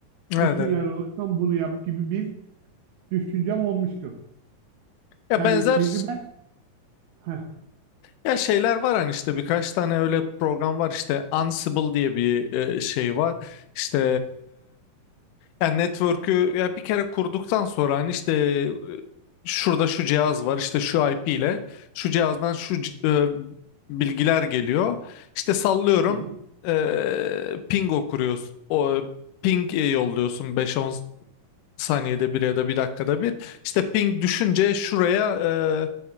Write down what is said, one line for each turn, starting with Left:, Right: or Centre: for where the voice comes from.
Left: evet.
Right: Bu sinyal
Left: evet.
Right: alıyorsan bunu yap gibi bir düşüncem olmuştu.
Left: Ya
Right: Yani
Left: benzer
Right: tecrüben Heh.
Left: Ya şeyler var hani işte birkaç tane öyle program var işte Ansible diye bir e, şey var işte e, ya network'ü ya bir kere kurduktan sonra hani işte e, şurada şu cihaz var işte şu IP ile şu cihazdan şu c- e, bilgiler geliyor işte sallıyorum
Right: Hı hı.
Left: e, ping okuruyorsun o ping e, yolluyorsun beş on saniyede bir ya da bir dakikada bir işte ping düşünce şuraya e,